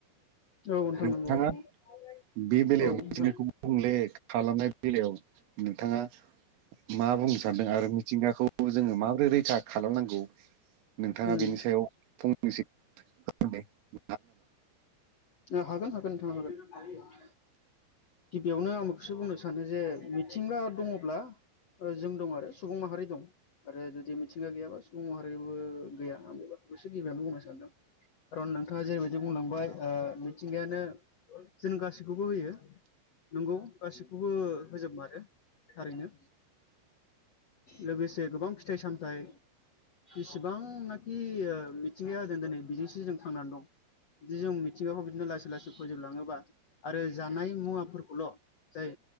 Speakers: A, on the left; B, on the right.
A: औ नोंथां
B: <unintelligible> नोंथाङा
A: नंगौ नंगौ
B: बे बेलायाव
A: औ
B: मिथिंगाखौ
A: नोंथां
B: गुबुंले खालामनाय बेलायाव नोंथाङा मा बुंनो सानदों आरो मिथिंगाखौ जोङो माबोरै रैखा खालामनांगौ नोंथाङा
A: उम
B: बेनि सायाव फंनैसो <unintelligible>
A: ओ हागोन हागोन नोंथांआ हागोन गिबियावनो आं बेखौसो बुंनो सानो जे मिथिंगा दङब्ला ओ जों दं आरो सुबुं माहारि दं। आरो जुदि मिथिंगा गैयाबा सुबुं माहारिबो गैया आं बे बाथ्राखौसो गिबियावनो बुंनो सानदों खारन नोंथाङा जेरैबायदि बुंलांबाय ओ मिथिंगायानो जोंनो गासैखौबो होयो नंगौ गासिखौबो होजोब मारो थारैनो लोगोसे गोबां फिथाइ सामथाइ जसेबांनाखि ओ मिथिंगायादों दोनै बिजोंसो जों थांनानै दं जुदि जों मिथिंगाखौ बिदिनो लासै लासै फोजोबलाङोबा आरो जानाय मुवा फोरखौल' जाय